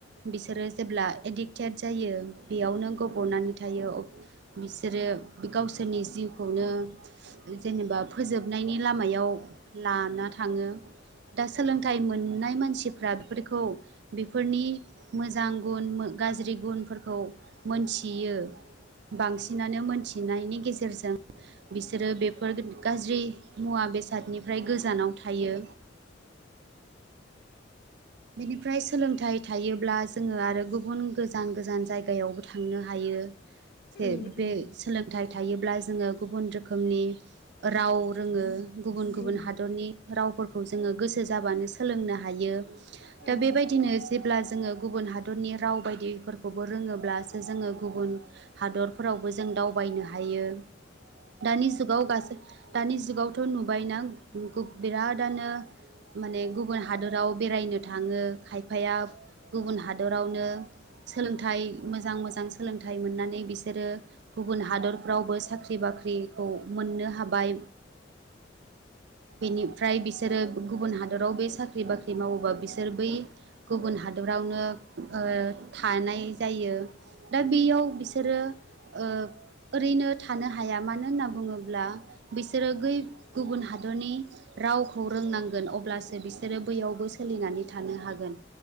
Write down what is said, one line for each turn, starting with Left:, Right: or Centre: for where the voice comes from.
Right: बिसोरो जेब्ला एडिक्टेड जायो बेयावनो गबनानै अब थायो बिसोरो यो गावसोरनि जिउखौनो जेनेबा फोजोबनायनि लामायाव लाना थाङो। दा सोलोंथाइ मोननाय मानसिफ्रा बेफोरखौ बेफोरनि मोजां गुन मो गो गाज्रि गुनफोरखौ मोनथियो। बांसिनानो मोनथिनायनि गेजेरजों बिसोरो बेफोर गाज्रि मुवा बेसादनिफ्राय गोजानाव थायो। बेनिफ्राय सोलोंथाइ थायोब्ला जोङो आरो गुबुन गोजान गोजान जायगायावबो थांनो हायो। यो जे
Left: उम उम
Right: बे सोलोंथाइ थायोब्ला जोङो। गुबुन रोखोमनि राव रोङो गुबुन गुबुन
Left: उम
Right: हादरनि रावफोरखौ जोङो गोसो जाबानो सोलोंनो हायो दा
Left: उम औ
Right: बेबायदिनो जेब्ला जोङो गुबुन हादरनि राव बायदिफोरखौबो रोङोब्लासो जोङो गुबुन हादरफोरावबो जोङो दावबायनो हायो दानि जुगाव गास दानि जुगावथ नुबायना गु बिरादनो माने गुबुन हादराव बेरायनो थाङो खायफाया गुबुन हादरावनो सोलोंथाइ मोजां मोजां सोलोंथाइ मोननानै बिसोरो गुबुन हादरफ्रावबो साख्रि बाख्रि साख्रिखौ मोननो हाबाय
Left: <inaudible>
Right: बेनिफ्राय बिसोरो गुबुन हादराव बे साख्रि बाख्रि मावोबा बिसोर जोर बै गुबुन हादरावनो ओ थानाय जायो। दा बेयाव बिसोरो ओ ओरैनो थानो हाया मानो होनना बुङोब्ला बिसोरो गै गुबुन हादरनि रावखौ रोंनांगोन अब्लासो बिसोरो बैयावबो सोलिनानै था थानो हागोन